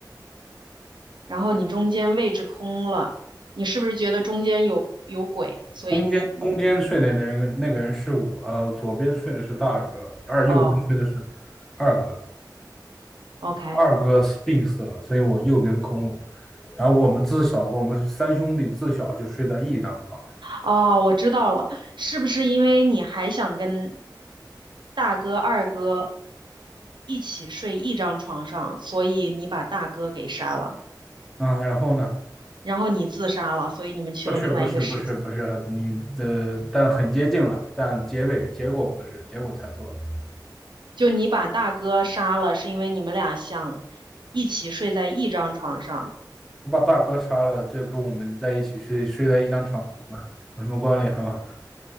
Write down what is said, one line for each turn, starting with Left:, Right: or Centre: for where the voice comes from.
Right: 然后你中间位置空了，你是不是觉得中间有有鬼，所以你你
Centre: 中间中间睡的那个那个人是我，呃，左边睡的是大哥，而右边睡的是
Right: 哦
Centre: 二哥，
Right: ，OK，
Centre: 二哥死病死了，所以我右边空了。然后我们自小，我们三兄弟自小就睡在一张床上。
Right: 哦，我知道了，是不是因为你还想跟大哥、二哥一起睡一张床上，所以你把大哥给杀了，
Centre: 嗯，然后呢？
Right: 然后你自杀了，所以你们去了另外一个世界。
Centre: 不是，不是，不是，不是，你的，但很接近了，但结尾结果不是，结果猜错了。
Right: 就你把大哥杀了，是因为你们俩想一起睡在一张床上，
Centre: 我把大哥杀了，这跟我们在一起睡睡在一张床上有什么关联吗？